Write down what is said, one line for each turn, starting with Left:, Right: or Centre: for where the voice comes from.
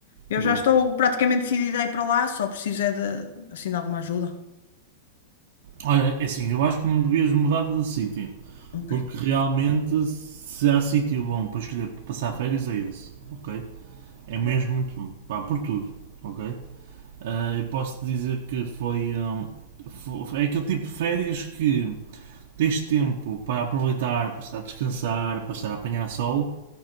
Left: Eu
Right: boa.
Left: já estou praticamente decidida a ir para lá, só preciso é de, assim, de alguma ajuda.
Right: Olha, é assim, eu acho que não devias mudar de sítio,
Left: Ok,
Right: porque realmente se há sítio bom para escolher para passar férias é esse, ok? É mesmo
Left: boa.
Right: muito bom, pá, por tudo, ok? Ah, eu posso dizer que foi, hum, fo- é aquele tipo de férias que tens tempo para aproveitar, para estar a descansar, para estar a apanhar sol,